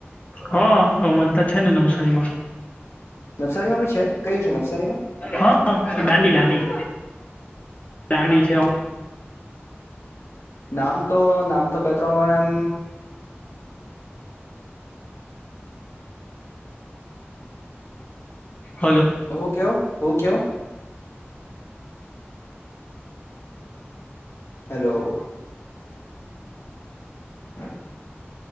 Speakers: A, on the left; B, on the left.
A: હા અમારતા છે ને નવસારીમાં
B: નવસારીમાં બી છે કયું છે નવસારીમાં
A: હા દાંડી દાંડી. દાંડી છે.
B: નામ તો નામ તો બે ત્રણ વાર એમ
A: હલો
B: હું કવ હું કવ? હેલો. હ <inaudible>